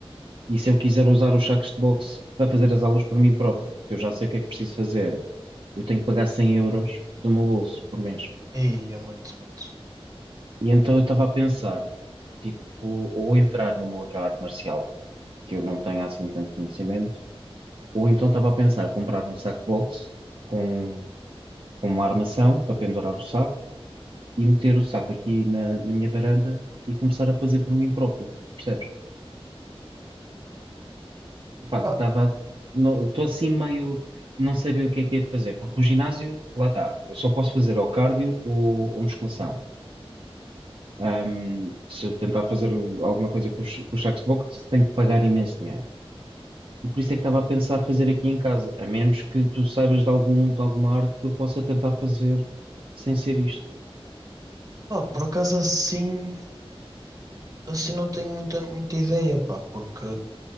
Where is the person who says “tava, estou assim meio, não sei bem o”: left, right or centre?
Right